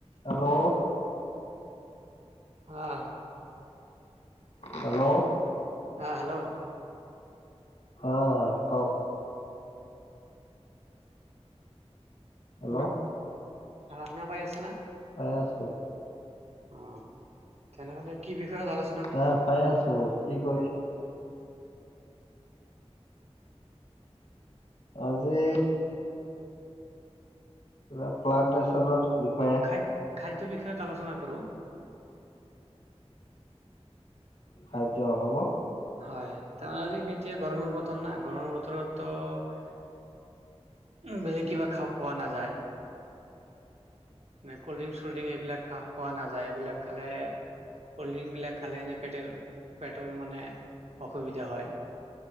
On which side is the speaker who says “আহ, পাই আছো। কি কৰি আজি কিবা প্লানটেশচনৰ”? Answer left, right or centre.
Left